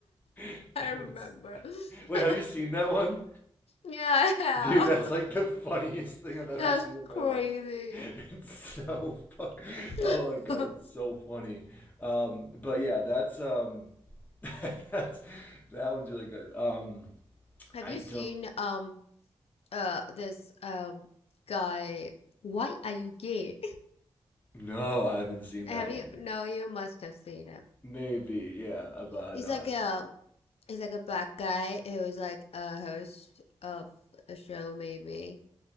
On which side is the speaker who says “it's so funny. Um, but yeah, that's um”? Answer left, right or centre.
Left